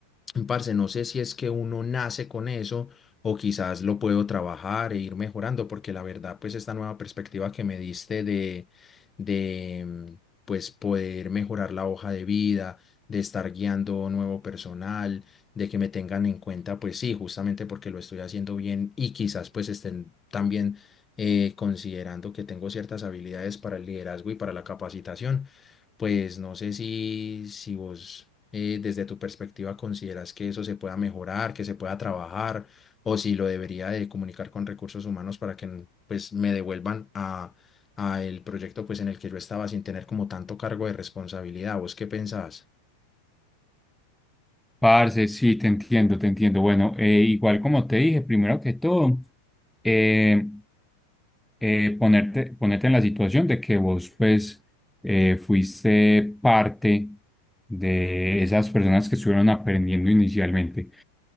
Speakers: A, on the left; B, in the centre.
A: Parce, no sé si es que uno nace con eso o quizás lo puedo trabajar e ir mejorando, porque la verdad, pues esta nueva perspectiva que me diste de, de, mm, pues poder mejorar la hoja de vida, de estar guiando nuevo personal, de que me tengan en cuenta, pues sí, justamente porque lo estoy haciendo bien y quizás pues estén también eh, considerando que tengo ciertas habilidades para el liderazgo y para la capacitación pues no sé si, si vos eh, desde tu perspectiva consideras que eso se pueda mejorar, que se pueda trabajar, o si lo debería de comunicar con recursos humanos para que n- pues me devuelvan a, a el proyecto pues en el que yo estaba sin tener como tanto cargo de responsabilidad. ¿Vos qué pensás?
B: Parce, sí, te entiendo, te entiendo. Bueno, eh, igual como te dije, primero que todo, eh, eh, ponerte, ponerte en la situación de que vos, pues, eh, fuiste parte de esas personas que estuvieron aprendiendo inicialmente.